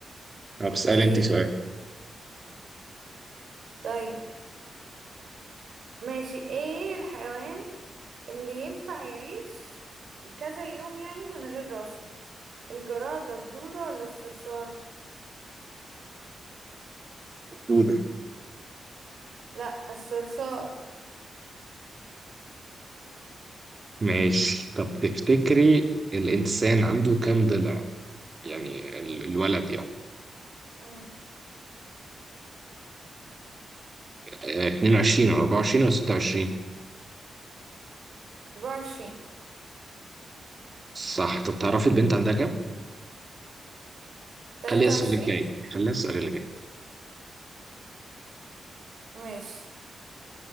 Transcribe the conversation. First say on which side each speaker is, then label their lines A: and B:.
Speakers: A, on the right; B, on the right.
A: طب
B: اوكي
A: اسألي أنت سؤال
B: طيب ماشي ايه الحيوان اللي ينفع يعيش كذا يوم يعني من غير راسه الجرادة الدودة ولا الصرصار
A: دودة
B: لا الصرصار
A: ماشي طب تفتكري الإنسان عنده كام ضلع؟ يعني ال- الولد يعني
B: امم
A: آه، 22 ولا 24 ولا 26
B: 24
A: صح طب تعرفي البنت عندها كام؟
B: 23
A: خليها السؤال الجاي خليها السؤال اللي جاي
B: ماشي